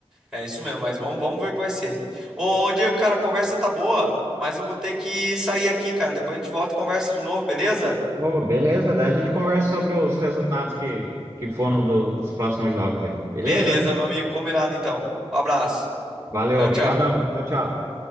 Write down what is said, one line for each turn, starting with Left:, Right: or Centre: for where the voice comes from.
Centre: É isso mesmo, mas vamos, vamos ver o que vai ser. Ô, Diego, cara, a conversa tá boa, mas eu vou ter que sair aqui, cara. Depois a gente volta e conversa de novo, beleza?
Right: Ô, beleza, daí a gente conversa sobre os resultados que, que foram do- dos próximos jogos aí. Beleza?
Centre: Beleza, meu amigo. Combinado então. Um abraço.
Right: Valeu,
Centre: Tchau,
Right: obrigadão.
Centre: tchau.
Right: Tchau, tchau.